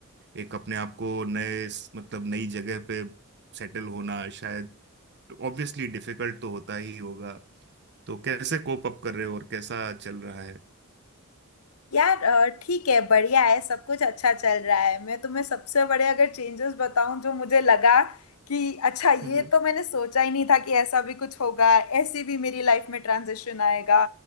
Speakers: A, on the right; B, on the left.
A: एक अपने आप को नए मतलब नई जगह पे सेटल होना शायद ऑब्वियसली डिफिकल्ट तो होता ही होगा तो कैसे कोप अप कर रहे हो और कैसा चल रहा है
B: यार अ, ठीक है बढ़िया है सब कुछ अच्छा चल रहा है मैं तुम्हें सबसे बड़े अगर चेंजेस बताऊं जो मुझे लगा कि अच्छा ये
A: हम्म
B: तो मैंने सोचा ही नहीं था कि ऐसा भी कुछ होगा ऐसी भी मेरी लाइफ में ट्रांजिशन आएगा